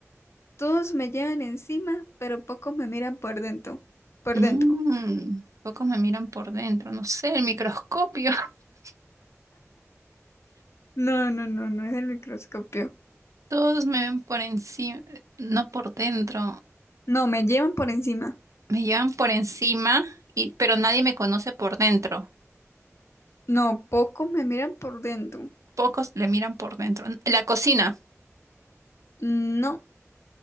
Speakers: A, on the left; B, on the right.
A: Todos me llevan encima, pero pocos me miran por dentro. Por
B: Mm,
A: dentro.
B: pocos me miran por dentro, no sé, el microscopio. <laughs>
A: No, no, no, no es el microscopio.
B: Todos me ven por encima, no por dentro.
A: No, me llevan por encima.
B: Me llevan por encima, y, pero nadie me conoce por dentro.
A: No, pocos me miran por dentro.
B: Pocos le miran por dentro. La cocina,
A: No.